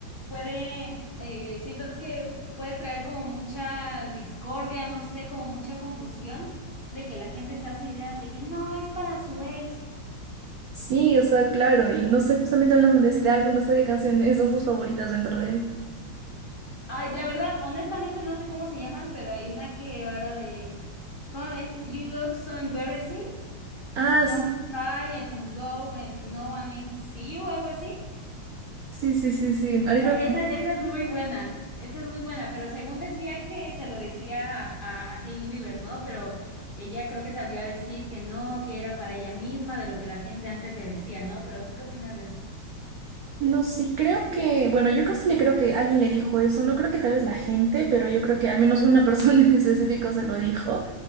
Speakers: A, on the left (about 35°); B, on the right (about 85°).
A: Puede, eh, siento que puede traer como mucha discordia, no sé, como mucha confusión de que la gente se hace ideas de que no es para su ex
B: Sí, o sea, claro. Y no sé, justamente hablando de este álbum, no sé qué canciones son tus favoritas dentro de él.
A: Ay, la verdad, honestamente no sé cómo se llaman, pero hay una que va la de, ¿cómo es? You look so embarrassing,
B: Ah,
A: don't
B: sí.
A: cry and go when no one is see you, algo así.
B: Sí, sí, sí, sí. sí. Ahorita
A: Ah, Esa, esa es muy buena, esa es muy buena, pero según decían que se lo decía a, a Hailey Bieber, ¿no? Pero ella creo que salió a decir que no, que era para ella misma, de lo que la gente antes le decía, ¿no? Pero ¿tú qué opinas de eso?
B: No, sí, creo que, bueno, yo casi le creo que alguien le dijo eso, no creo que tal vez la gente, pero yo creo que al menos una persona <laughs> en específico se lo dijo.